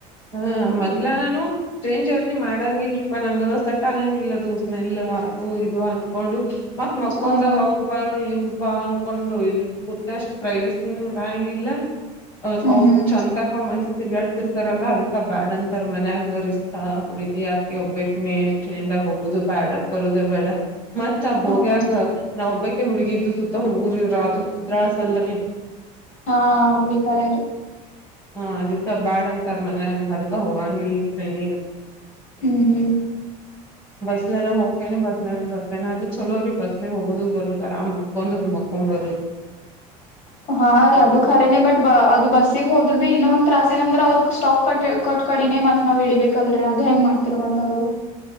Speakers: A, on the left (about 30°); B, on the left (about 50°).
A: ಹಾ ಮೊದ್ಲ ನಾನು ಟ್ರೈನ್ ಜರ್ನಿ ಮಾಡಂಗಲ್ರಿಪಾ ನಂಗ ಸೆಟ್ ಆಗಂಗಿಲ್ಲದು ಸ್ಮೆಲ್ ಅದು ಇದು ಅನ್ಕೊಂಡು ಮತ್ ಮಕ್ಕಂದಾಗ
B: ಓಹೋ
A: ಅವ್ರು ಬಾರ ಇವರು ಬಾ ಅಂದಕೊಂಡು ಇಲ್ಲ ಕೂತ್ ಅಷ್ಟ್ ಪ್ರೈವಸಿನು ಇರಗ್ಗಿಲ್ಲ
B: ಹ್ಮ್
A: ಅವ್ರು
B: ಹ್ಮ್
A: ಚಂತಕಮಂದ ತಿರುಗಾಡ್ತಿರ್ತಾರಲ್ಲ ಅದಕ್ಕ ಬ್ಯಾಡ್ ಅಂತಾರ ಮನ್ಯಾಗ ರಿಸ್ಕ್ ಹಾ ಹುಡ್ಗಿ ಆಕಿ ಒಬ್ಬಕ್ಕಿನೆ ಇಲ್ಲಿಂದ ಹೋಗುದು ಬೇಡ ಬರೋದು ಬೇಡ. ಮತ್ ಆ ಬೋಗಿಯಾಗ
B: ಓಹೋ
A: ನಾವ್ ಒಬ್ಬಕ್ಕಿ ಹುಡ್ಗಿದ್ದು ಸುತ್ತ ಹುಡುಗ್ರು ಇದು ತಾಸಲ್ರಿ.
B: ಹಾ ಅದು ಕರೆರಿ.
A: ಹಾ ಅದಕ್ಕ ಬಾಡ ಅಂತಾರ ಮನ್ಯಾಗ ಅದಕ್ಕ ಹೋಗಗಿಲ್ರಿ ಟ್ರೈನ್
B: ಹ್ಮ್ ಹ್ಮ್
A: ಬಸ್ನೆಗೆ ಹೋಗತೆನೆ ಬಸ್ ಬರ್ತಾನನೆ ಅದ ಚಲೋ ರೀ ಬಸ್ ಹೋಗೋದು ಬರುದು ಆರಾಮ್ ಮಲ್ಕೊಂಡು ಹೋಗಿ ಮಲ್ಕೊ ಹಂಗ್ ಬತೈತೆ.
B: <inaudible> ಹಾ ರೀ ಅದು ಖರೇನೆ ಬಟ್ ಅದು ಬಸ್ಸಿಗೆ ಹೋದ್ರನೆ ಇನ್ನೊಂದ ತ್ರಾಸ ಏನಂದ್ರ ಅವ್ರ ಸ್ಟಾಪ್ ಕಟ್ಟ ಕೊಟ್ಟು. ಕಡಿನೆ ಮತ್ ನಾವ್ ಇಲಿಬೇಕಲ್ರರಿ ಅದ್ ಹೆಂಗ ಮಾಡ್ತರ್ ಮತ್ತ ಅವಾಗ